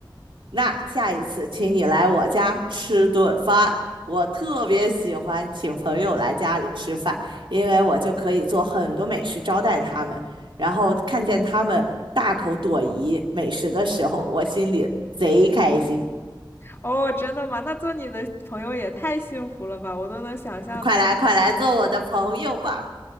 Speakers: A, on the right (about 75°); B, on the left (about 25°).
A: 那下一次请你来我家吃顿饭。我特别喜欢请朋友来家里吃饭，因为我就可以做很多美食招待他们，然后看见他们大口朵颐美食的时候，我心里贼开心。
B: 哦，真的吗？那做你的朋友也太幸福了吧！我都能想象到
A: 快来，快来做我的朋友吧！